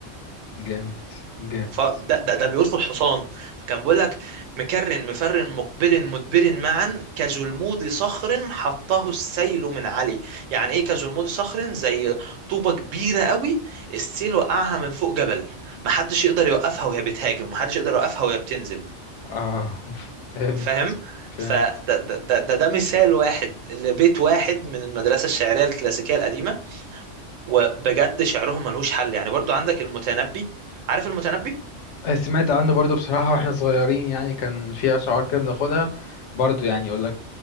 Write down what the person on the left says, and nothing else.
جامد جامد
اه <laughs> فهمت
فهمت
آه، سمعت عنه برضو بصراحة واحنا صغيرين يعني كان في أشعار كده بناخدها برضو يعني يقول لك